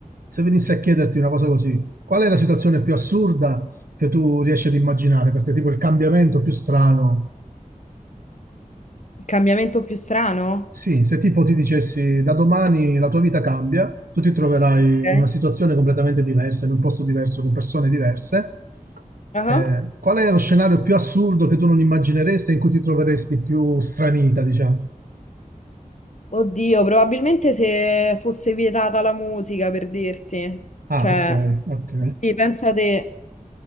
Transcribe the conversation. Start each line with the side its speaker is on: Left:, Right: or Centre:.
Right: Se venissi a chiederti una cosa così, qual è la situazione più assurda che tu riesci ad immaginare per te, tipo il cambiamento più strano?
Left: Cambiamento più strano?
Right: Sì, se tipo ti dicessi da domani la tua vita cambia, tu ti troverai
Left: Ok.
Right: in una situazione completamente diversa, in un posto diverso, con persone diverse.
Left: Ah.
Right: Eh, qual è lo scenario più assurdo che tu non immagineresti e in cui ti troveresti più stranita, diciamo?
Left: Oddio, probabilmente se fosse vietata la musica, per dirti.
Right: Ah,
Left: Cioè,
Right: ok, ok.
Left: sì, pensa te.